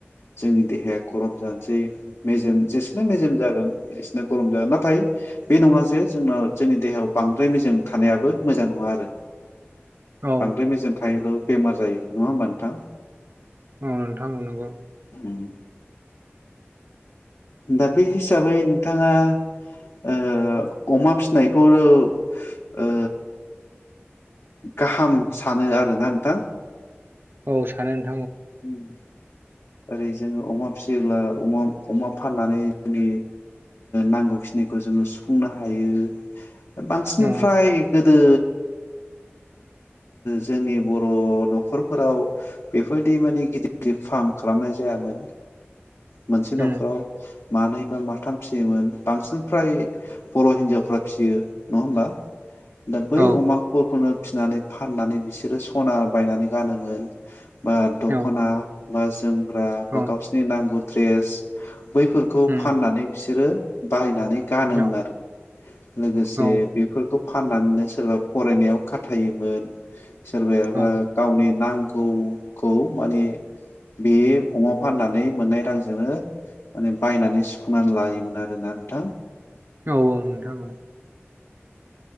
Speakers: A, on the left; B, on the right.
A: जोंनि देहाया गरम जानोसै मेजेम जेसोनो मेजेम जागोन इस नो गरम जागोन ना थाय बे नङा जे जोंनाव जोंनि देहायाव बां द्राय मेजेम थानायाबो मोजां नङा आरो।
B: औ
A: बांद्राय मेजेम थायोब्लाब बेमार जायो नङा होमबा नोंथां?
B: औ नोंथां नोंगौ।
A: उम। दा बे हिसाबै नोंथाङा ओ अमा फिनायखौ ओ गाहाम सानो आरोना नोंथां?
B: औ सानो नों
A: <inaudible> ओरै जोङो अमा फिसियोब्ला अमा अमा फाननानै जोंनि नांगौखिनिखौ जोङो सुफुंनो हायो। बांसिनफ्राय
B: औ
A: गोदो जोंनि बर' न'खरफोराव बेबायदि माने गिदिर गिदिर फार्म खालाम खालामनाय जायामोन। मोनसे न'खराव
B: उम
A: मानैबा माथाम फिसियोमोन बांसिन फ्राय बर' हिनजावफ्रा फियो नङा होमबा दा बै
B: औ
A: अमाफोरखौनो नानै फाननानै बिसोरो सना बायनानै गानोमोन। बा दख'ना
B: औ
A: बा जो जोम ग्रा
B: औ
A: गावसिनि नांगौ ड्रेस बैफोरखौ
B: उम
A: फाननानै बिसोरो बाहायनानै गानोमोन
B: औ
A: आरो लोगोसे
B: औ
A: बेफोरखौ फान नो सोरबा फरायनायाव खाथायोमोन। सोरबायायााबा
B: औ
A: गावनि नांगौ गखौ माने बे अमा फाननानै मोननाय रांजोंनो माने बायनानै सुफुंनानै लायोमोन आरोना नोंथां।
B: औ औ नोंथां